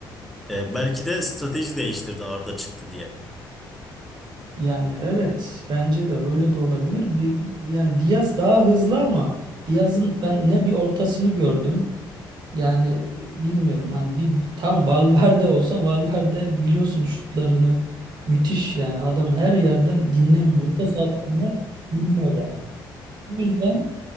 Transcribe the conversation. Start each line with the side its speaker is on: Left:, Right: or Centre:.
Centre: E, belki de strateji değiştirdi Arda çıktı diye.
Right: yani evet bence de öyle de olabilir. Bir, yani Diaz daha hızlı ama Diaz'ın ben ne bir ortasını gördüm. Yani bilmiyorum hani bir tam Valverde olsa Valverde biliyorsun şutlarını müthiş yani adam her yerden dinlemiyor. Orta sahada bunu biliyor yani. O yüzden